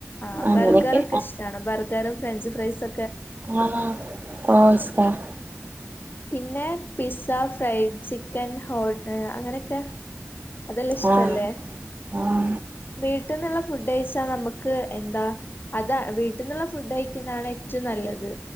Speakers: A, on the left; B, on the right.
A: ആഹ്
B: അങ്ങനെയൊക്കെ
A: ബർഗറൊക്കെ ഇഷ്ടാണോ. ബർഗറും, ഫ്രഞ്ച് ഫ്രൈസൊ
B: ആഹ് <unintelligible>
A: പിന്നെ. പിസ്സ, ഫ്രൈഡ് ചിക്കൻ, ഹോട്ട്, അങ്ങനൊക്കെ. അതെല്ലാം ഇഷ്ടല്ലേ.
B: ആ ആ
A: വീട്ടിൽന്നുള്ള ഫുഡെയ് നമുക്ക് എന്താ. അതാ വീട്ടീന്നുള്ള ഫുഡ് കയിക്കുന്നാണ് ഏറ്റോം നല്ലത്.